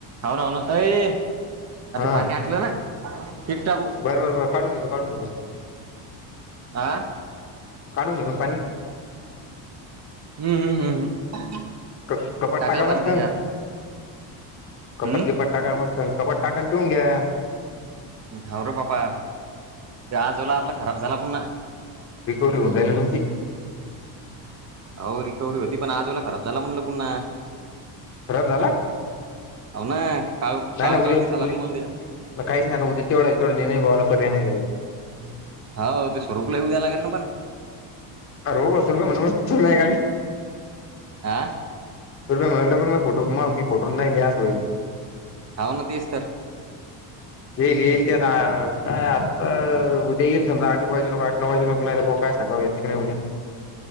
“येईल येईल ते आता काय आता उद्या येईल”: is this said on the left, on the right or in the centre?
Left